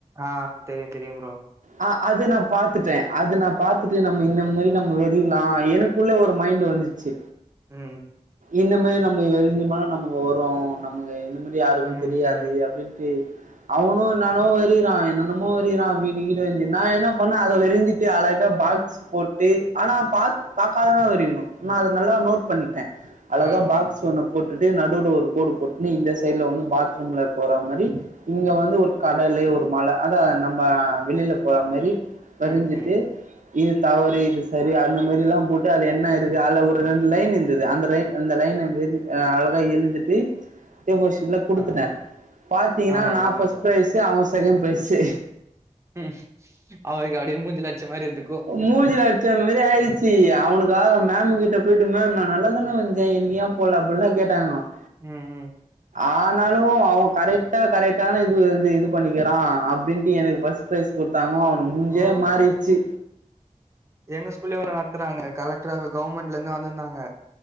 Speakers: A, on the right (about 20°); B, on the right (about 75°).
A: ஆ தெரியு தெரியு புரோ
B: ஆ அது நா பார்த்துட்டே அத நா பார்த்துட்டு நம்ம இந்த மாரி நம்ம வறியலா எனக்குள்ள ஒரு மைண்ட் வந்துச்சு
A: ம்
B: இந்த மாதிரி நம்ம வெரிஞ்சுசோம்னா நமக்கு வரும் நமக்கு இந்த மாதிரி யாருக்கு
A: ம்
B: தெரியாது
A: ம்
B: அப்டின்ட்டு அவனு நானு வெறிறா என்னென்னமோ வெறிறா வீட்டு கீடு வெறிஞ் நா என்ன பண்ணே அத வெறிஞ்சிட்டு அழகா பாக்ஸ் போட்டு ஆனா பா பாக்காமதா வெறியனு
A: ம்
B: நா அத ஆ நோட் பண்ணி டே அழகா
A: ஆ ஆ
B: பாக்ஸ் ஒண்ணு போட்டுட்டு நடுவுல ஒரு கோடு போட்டுன்னு இந்த சைடில் வந்து பாத்ரூமுல போற மாரி இங்க வந்து ஒரு கடலு ஒரு மல அதா நம்ம வெளியில போற மாரி பதிஞ்சிட்டு
A: ம் ம்
B: இது தவறு இது சரி அந்த மாதிரிலாம் போட்டு அதுல என்ன இருக்கு அளவு ஒரு ரெண்டு லைன் இருந்தது அந்த லைன் அந்த லைன் அழகா எழுதிட்டு ஏ ஃபோர் ஷீட் ல குடுத்துட்டேன்
A: ஆ
B: பாத்தீங்கன்னா
A: ஆமா
B: நான்
A: ஆமா
B: ஃப்ர்ஸ்ட்
A: ப்ரோ
B: பிரைஸ் அவன் செகண்ட் பிரைசு
A: ம் அவருக்கு அப்டியே மூஞ்சில அடிச்ச மாரி இருந்துக்கு
B: மூஞ்ஜில அடிச்ச மாதிரி ஆயிடுச்சு அவனுக் தா மேம் கிட் போயிட்டு மேம் நான் நல்லா தானே வரஞ்சேன் எனக்கு ஏன் போடல அப்படி லாம் கேட்டாங்களாம்
A: ம் ம்
B: ஆனாலும் அவன் கரெக்ட்டா கரெக்ட்டான இது இது பண்ணிருக்குறான் அப்படின்ட்டு எனக்கு ஃபர்ஸ்ட் ப்ரைஸ் குடுத்தாங் க அவனுக்கு முஞ்சியே
A: ஓ
B: மாறிச்சு
A: ஓ ஓ எங்க ஸ்கூல்லயே ஒன்னு நடத்துனாங்க கலெக்ட்ரா அது கவுர்மெண்ட்ல இருந்து வந்திருந்தாங்க